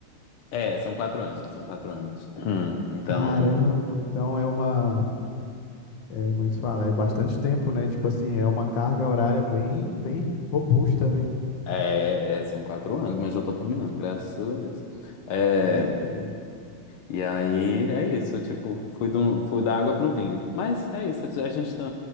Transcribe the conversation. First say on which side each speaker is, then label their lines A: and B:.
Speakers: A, on the left (about 80°); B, on the left (about 60°).
A: É, são quatro anos, são quatro anos. Hum, Então,
B: Caramba, então é uma é, como é que se fala? É bastante tempo, né? Tipo assim, é uma carga horária bem bem robusta, né?
A: é, é, são quatro anos, mas eu tô terminando, graças a Deus. É,
B: É isso aí.
A: E aí é isso, tipo, fui, do, fui da água pro vinho. Mas é isso, a gente tá,